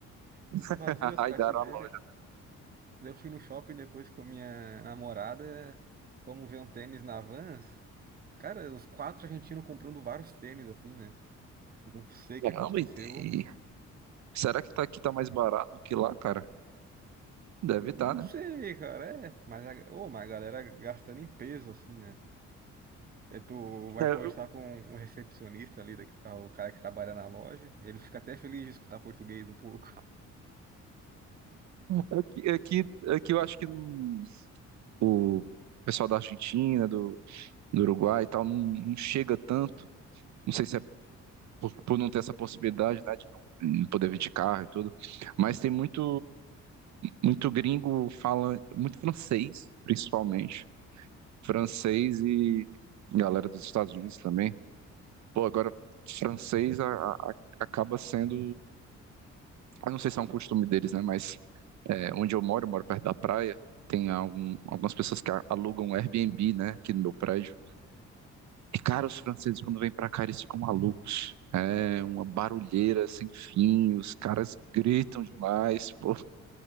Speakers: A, on the right (about 30°); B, on the right (about 65°).
A: Tudo
B: <laughs>
A: vazio as
B: raidaram
A: prateleiras.
B: a loja.
A: Daí Eu fui no shopping depois com minha namorada, fomos ver um tênis na Vans. Cara, os quatro argentinos comprando vários tênis, assim, né? Não sei o
B: Caramba,
A: que aconteceu.
B: e tem- Será que tá, aqui tá mais barato que lá, cara? Deve
A: Não
B: estar, né?
A: sei, cara, é. Mas a, ô, mas a galera gastando em peso, assim, né? Aí tu vai
B: É,
A: conversar
B: eu-
A: com um recepcionista ali, daqui, ah, o cara que trabalha na loja. Ele fica até feliz de escutar português um pouco. <laughs>
B: aqui, aqui, aqui eu acho que hum, o pessoal da Argentina, do, do Uruguai e tal, não, não chega tanto. Não sei se é por, por não ter essa possibilidade, né, de não não poder vir de carro e tudo. Mas tem muito. muito gringo fala muito francês, principalmente. Francês e galera dos Estados Unidos também. Pô, agora, francês a- a- a- acaba sendo. Eu não sei se é um costume deles, né? Mas é, onde eu moro, eu moro perto da praia, tem algum- algumas pessoas que a- alugam um Airbnb, né? Aqui no meu prédio. E, cara, os franceses, quando vêm pra cá, eles ficam malucos. É uma barulheira sem fim, os caras gritam demais, pô,